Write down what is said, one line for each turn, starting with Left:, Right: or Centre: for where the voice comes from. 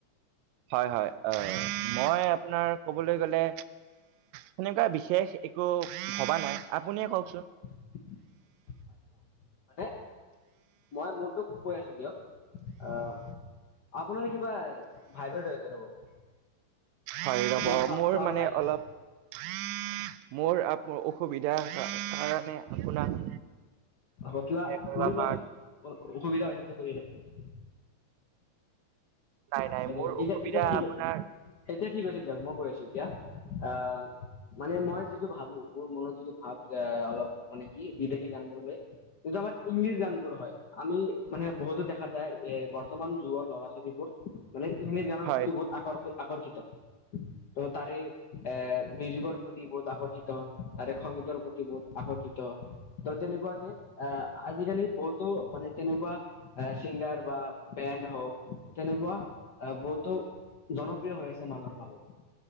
Right: হয়, হয়, অ', মই আপোনাৰ কবলৈ গলে। সেনেকুৱা বিশেষ একো ভবা নাই আপুনিয়ে কওকচোন।
Left: আচ্ছা। মানে মই মোৰটো কৈ আছো দিয়ক আ, আপোনাৰ কিব কিবা ভাইব্ৰেট হৈ আছে ৰ'ব।
Right: হয়, ৰ'ব
Left: কিবা চা
Right: মোৰ
Left: চাউণ্ড
Right: মানে
Left: এটা আহি আছে
Right: অলপ মোৰ অসুবিধা কাৰণে আপোনাক
Left: অ', কিবা
Right: এ কৰিব
Left: কৰি লওক
Right: পাৰ
Left: অসুবিধা হৈছে যেতিয়া কৰিয়ে লওক।
Right: নাই নাই
Left: হয়,
Right: মোৰ
Left: এতিয়া
Right: অসুবিধা
Left: - এতিয়া ঠিক
Right: আপোনাৰ
Left: এতিয়া ঠিক হৈছে দিয়ক, মই কৈ আছো এতিয়া আ মানে মই যিটো ভাবো মোৰ মনত যিটো ভাৱ অলপ মানে কি বিদেশী গান বোৰলৈ <unintelligible> ইংলিছ গান বোৰ হয়, আমি মানে বহুতো দেখা যায় এ বৰ্তমান যুগৰ ল'ৰা ছোৱালীবোৰ মানে ইংলিছ গানৰ
Right: হয়
Left: প্ৰতি বহুত আকৰ্ষিত আকৰ্ষিত ত' তাৰে এ মিউজিকৰ প্ৰতি বহুত আকৰ্ষিত তাৰে খন গীতৰ প্ৰতি বহুত আকৰ্ষিত ত' তেনেকুৱাকে এ আজিকালি বহুতো মানে তেনেকুৱা আ, চিংগাৰ বা বেণ্ড হওক তেনেকুৱা আ, বহুতো জনপ্ৰিয় হৈ আছে মানুহৰ মাজত।